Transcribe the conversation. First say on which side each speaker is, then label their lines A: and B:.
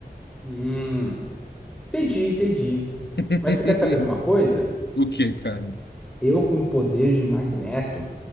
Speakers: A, in the centre; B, on the left.
A: Hum. Entendi, entendi.
B: <laughs>
A: Mas você quer saber de uma coisa?
B: O que, cara?
A: Eu com poder de magneto.